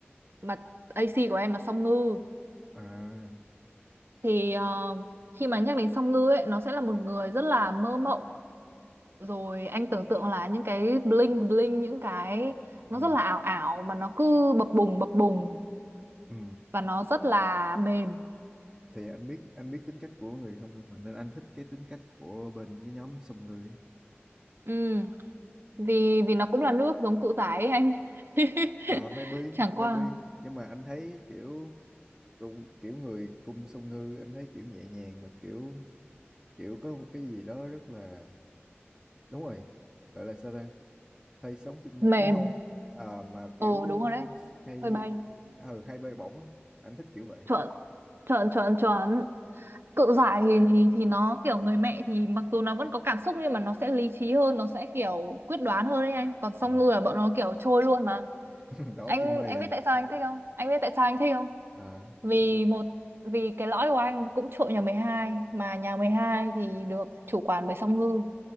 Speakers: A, on the right (about 60°); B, in the centre.
A: mà AC của em là song ngư
B: à
A: thì ờ, khi mà nhắc đến song ngư ấy nó sẽ là một người rất là mơ mộng rồi anh tưởng tượng là những cái bling bling những cái
B: ừ
A: nó rất là ảo ảo mà nó cứ bập bùng bập bùng
B: ừ
A: và nó rất là mềm
B: thì anh biết anh biết tính cách của người song ngư mà nên anh thích cái tính cách của bên cái nhóm song ngư ấy.
A: ừ
B: Ừ.
A: vì vì nó cũng là nước giống cự giải ấy anh <laughs>
B: À, maybe
A: chẳng qua
B: maybe nhưng mà anh thấy kiểu cùng kiểu người cung song ngư anh thấy kiểu nhẹ nhàng mà kiểu kiểu có một cái gì đó rất là đúng rồi gọi là sao ta hơi sống trên mây
A: mềm
B: ấy không à, mà kiểu
A: ồ đúng rồi đấy
B: hay
A: hơi bay
B: ừ, hay bay bổng á anh thích kiểu vậy
A: chuẩn chuẩn chuẩn chuẩn cự giải thì thì nó kiểu người mẹ thì mặc dù nó vẫn có cảm xúc nhưng mà nó sẽ lý trí hơn nó sẽ kiểu quyết đoán hơn đấy anh còn song
B: ừ.
A: ngư là bọn nó kiểu trôi luôn mà
B: <laughs> đầu
A: anh
B: óc trên mây
A: anh
B: à
A: biết tại sao anh thích không anh biết tại sao anh thích không
B: à
A: vì
B: tại sao
A: một vì cái lõi của anh cũng trội nhà mười hai mà nhà 12 thì được chủ quản bởi song ngư